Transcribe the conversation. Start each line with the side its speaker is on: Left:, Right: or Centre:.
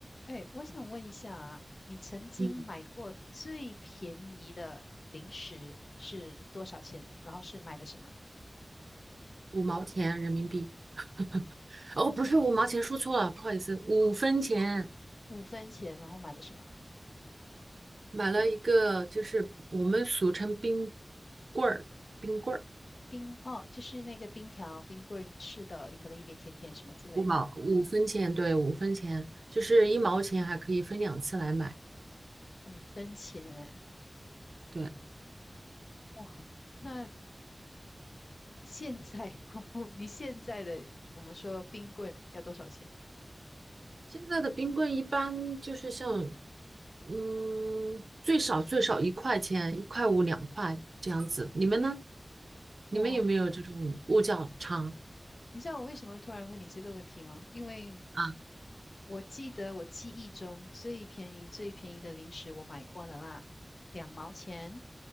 Left: 哎，我想问一下啊，你曾经买过最便宜的零食是多少钱？
Right: 嗯，
Left: 然后是买的什么？
Right: 五毛钱人民币。<laughs> 哦，不是五毛钱，
Left: 不
Right: 说错了，不好意思，五分钱
Left: 是五分钱，然后买的什么？
Right: 买了一个，就是我们俗称冰棍儿，冰棍儿，
Left: 冰，哦，就是那个冰条、冰棍吃的，有可能一点甜甜什么之类的。
Right: 五毛，五分钱，对，五分钱，就是一毛钱还可以分两次来买。
Left: 五分钱，哎，
Right: 对，
Left: 哇，那现在 <laughs> 我不，你现在的我们说冰棍要多少钱？
Right: 现在的冰棍一般就是像，嗯，最少最少一块钱，一块五、两块这样子。你们呢？
Left: 哇，
Right: 你们有没有这种物价差
Left: 你知道我为什么会突然问你这个问题吗？因为
Right: 啊？
Left: 我记得我记忆中最便宜、最便宜的零食我买过的啦，两毛钱